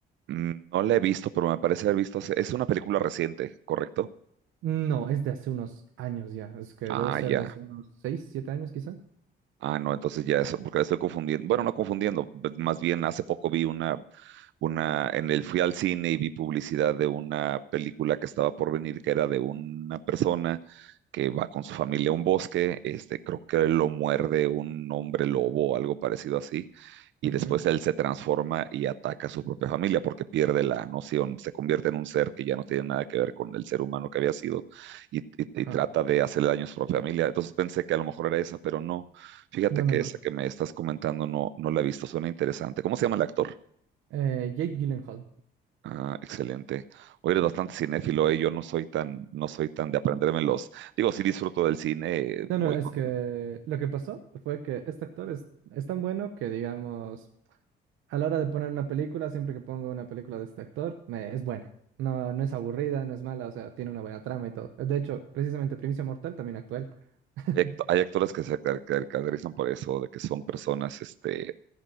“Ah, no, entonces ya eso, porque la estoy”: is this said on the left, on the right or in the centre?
Right